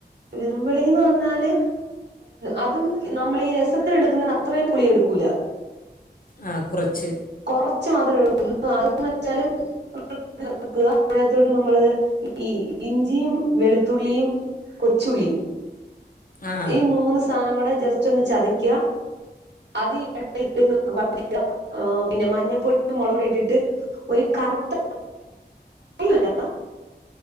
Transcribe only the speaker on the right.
വെറും പുളിന്ന് പറഞ്ഞാല്. അതും നമ്മളീ ഈ രസത്തിനെ ടുക്കുന്നതിന് അത്രയും പുളിയെടുക്കൂല്ല.
കൊറച്ചു മാത്രേ ഉള്ളു അതന്ന് വെച്ചാല് <unintelligible> അതിനകത്തോട്ട് നമ്മള് ഈ ഇഞ്ചിയും വെളുത്തുള്ളിയും. കൊച്ചുള്ളിയും
ഈ മൂന്ന്. സാധനം കൂടെ ജസ്റ്റ് ഒന്ന് ചതക്ക അത് <unintelligible> പിന്നെ മഞ്ഞപ്പൊടിയും മൊളകു പൊടി ഇട്ടിട്ട് ഒരു കറുത്ത കല്ല. <unintelligible>